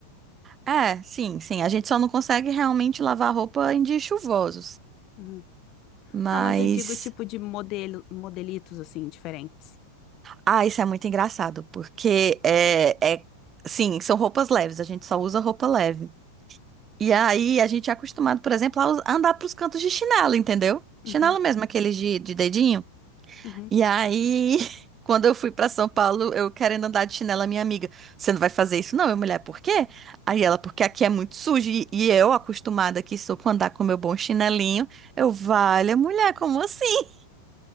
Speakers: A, on the right; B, on the left.
A: É, sim, sim. A gente só não consegue realmente lavar roupa em dias chuvosos.
B: Uhum.
A: Mas.
B: Não, mas eu digo tipo de modelo, modelitos assim, diferentes.
A: Ah, isso é muito engraçado, porque é, é... Sim, são roupas leves. A gente só usa roupa leve. E aí a gente é acostumado, por exemplo, a us- a andar pros cantos de chinelo, entendeu?
B: Uhum,
A: Chinelo mesmo, aqueles de, de dedinho.
B: uhum.
A: E aí, <laughs> quando eu fui pra São Paulo, eu querendo andar de chinelo, a minha amiga, você não vai fazer isso não, minha mulher, por quê? Aí ela, porque aqui é muito sujo. E, e eu, acostumada que sou com andar com meu bom chinelinho, eu, vale, mulher, como assim?